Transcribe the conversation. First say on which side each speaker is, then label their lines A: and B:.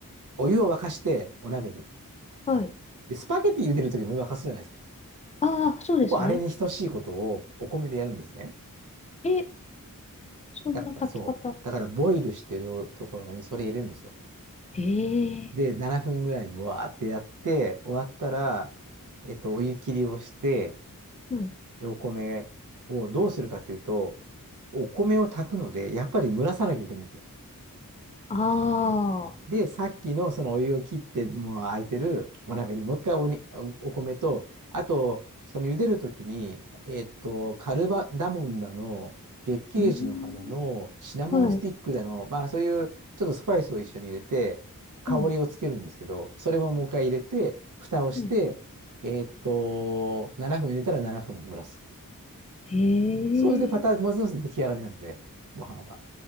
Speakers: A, on the right; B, on the left.
A: お湯を沸かしてお鍋に。
B: はい。
A: で、スパゲティ茹でるときのお湯沸かすじゃないですか。
B: ああ、そうですね。
A: ほぼあれに等しいことをお米でやるんですね。
B: え、そんな炊き方。
A: だからそう。だからボイルしてるところにそれ入れるんですよ。
B: ええ
A: で、7分ぐらいもわーってやって、終わったら、えっと、お湯切りをして、
B: うん。
A: で、お米をどうするかというと、お米を炊くので、やっぱり蒸らさなきゃいけないんですよ。
B: ああ、
A: で、さっきのそのお湯を切って、もう空いてるお鍋にもう一回おに、お米と、あと、その茹でるときに、えっと、カルバダモンだの、月桂樹の花の、
B: うん、
A: シナモンスティックだの、
B: はい、
A: まあそういうちょっとスパイスを一緒に入れて、香りをつけるんですけど、
B: うん、
A: それももう一回入れて、蓋をして、
B: うん。
A: えっと、7分入れたら7分蒸らす。
B: ええ
A: そうしてパターン、もう一つ出来上がりなので、ご飯は。